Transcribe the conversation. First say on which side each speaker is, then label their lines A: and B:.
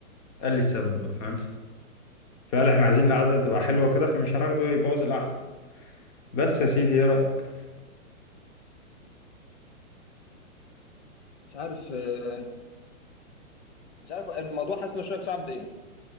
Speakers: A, on the left; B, on the left.
A: قال لي السبب بقى فاهم فقال احنا عايزين القعده تبقى حلوه كده فمش هناخده يبوظ القعده بس يا سيدي ايه رايك
B: مش عارف آه، مش عارف الموضوع حاسس انه شويه بصراحه مضايقني